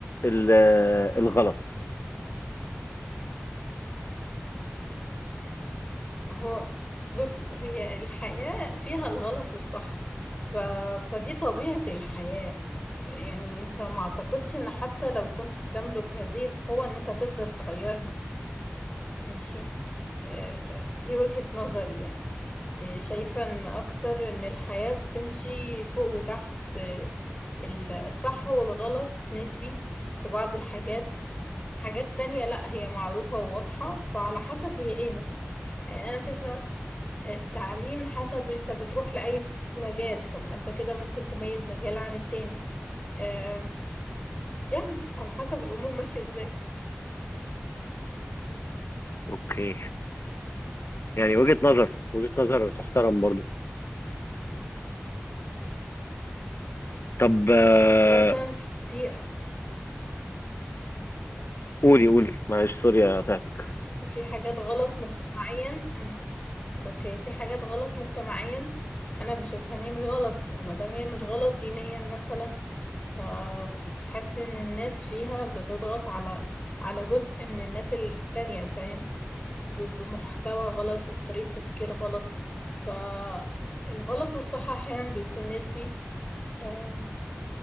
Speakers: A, on the left (about 70°); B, on the left (about 30°).
A: ال- الغلط
B: هو بص هي الحياة فيها الغلط والصح ف... فدي طبيعة الحياة يعني انت ما اعتقدش ان حتى لو كنت تملك هذه القوة ان انت تقدر تغيرها ماشي آه، دي وجهة نظري يعني آه، شايفة ان اكتر ان الحياة بتمشي فوق وتحت آه، ال- الصح والغلط نسبي في بعض الحاجات في حاجات تانية لا هي معروفة وواضحة فعلى حسب هي ايه مثلا يعني انا شايفة التعليم حسب انت بتروح لأي مجال طب ما انت كده ممكن تميز مجال عن التاني آه، يعني على حسب الامور ماشية ازاي
A: اوكي يعني وجهة نظر وجهة نظر تحترم برضو طب آه،
B: يعني مثلا في
A: قولي قولي معلش سوري قطعتك
B: في حاجات غلط مجتمعيا انا اوكي في حاجات غلط مجتمعيا انا بشوفها ان هي مش غلط ومادام هي مش غلط دينيا مثلا ف بحس ان الناس فيها بتضغط على على جزء من الناس التانية فاهم ب- بمحتوى غلط وبطريقة تفكير غلط فالغلط والصح احيانا بيكون نسبي أم،